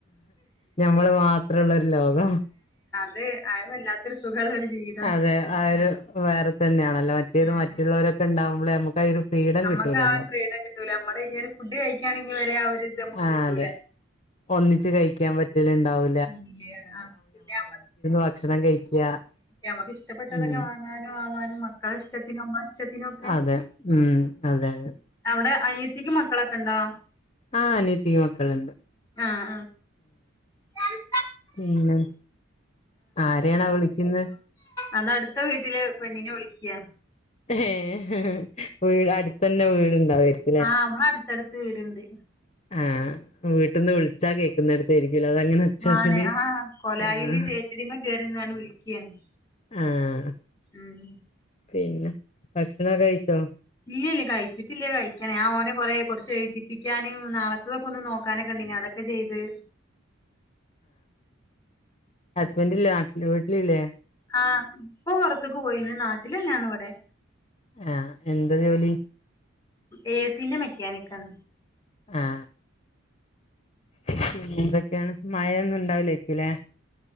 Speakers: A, on the left; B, on the left.
A: ഞമ്മള് മാത്രള്ളൊരു ലോകം
B: ത് അഅ് വല്ലാത്തൊരു സുഖള്ളാരു ജീവി
A: അതെ ആ ഒരു വേറെ തന്നെയാണല്ലോ മറ്റേത്
B: ഉം
A: മറ്റുള്ളവരൊക്കെ ഉണ്ടാവകുമ്പളേ നമുക്ക് ഒരു ഫ്രീഡം
B: നമ്മക്ക്
A: കിട്ടൂലല്ലോ
B: ആ ഒരു ഫ്രീഡം കിട്ടൂല നമ്മള് ഇഞ്ഞ് ഒരു ഫുഡ് കഴിക്കാണെങ്കിൽ വരെ ആ ഒരു ഇത് നമ്മക്ക്
A: ആഹ്
B: കിട്ടൂല
A: അതെ ഒന്നിച്ച് കഴിക്കാൻ പറ്റല്ണ്ടാവു
B: ഉ പിന്നെക്ക
A: ഭക്ഷണം കഴിക്ക
B: അമ്മക്ക് ഇഷ്ടപ്പെട്ട ഇതൊക്കെ
A: ഉം
B: വാങ്ങാനും ആവാനും മക്കളഷ്ടത്തിനും അമ്മളെഷ്ടത്തിനും ഒക്കെ
A: അതെ ഉം അതെ അതെ
B: അവിടെ അനിയത്തിക്ക് മക്കളൊക്കെണ്ടോ
A: ആ അനിയത്തിക്ക് മക്കള്ണ്ട്
B: ആഹ് ആഹ്
A: പിന്നെ ആരെയാണാ വിളിക്ക്ന്ന്
B: അതട്ത്ത വീട്ടിലെ പെണ്ണിനെ വിളിക്ക
A: ഏഹ് വീട് അടുത്തെന്നെ വീട് ഇണ്ടാവേര്ക്കും
B: ആ അമ്മള് അടുത്തടുത്ത് വീടുണ്ട്
A: ആഹ് വീട്ടിൽന്ന് വിളിച്ചാൽ കേക്കുന്നിടുത്തായിരിക്കലോ അതങ്ങനെ ഒച്ചത്തില്
B: ആണ് ആ കൊലായില്
A: ആഹ്
B: ചേറ്റടിമ്മെ കേറിന്നാണ്ട് വിളിക്കാണ്
A: ആഹ്
B: ഉം
A: പിന്നെ ഭക്ഷണൊക്കെ കഴിച്ചോ
B: ഇല്ലല്ല കഴിച്ചിട്ടില്ല കഴിക്കണം ഞാൻ ഓനെ കൊറെേ കുറച്ച് എഴുതിപ്പിക്കാന് നാളത്തൊക്കെ ഒന്ന് നോക്കാനൊക്കെണ്ടേന്നി അതൊക്കെ ഒക്കെ ചെയ്ത്
A: ബന്റ്ല്ലേ നാട്ട് വീട്ടിലില്ലേ
B: ആ ഇപ്പൊ പുറത്തക്ക് പോയിന് നാട്ടിലന്നെയാണ് ഇവിടെ
A: ആഹ് എന്താ ജോലി
B: ഏസിന്റെ മെക്കാനിക്കാണ്
A: ആ ആ പിന്നെന്തൊക്കെയാണ് മഴൊന്നും ഉണ്ടാവുലേയ്ക്കുലെ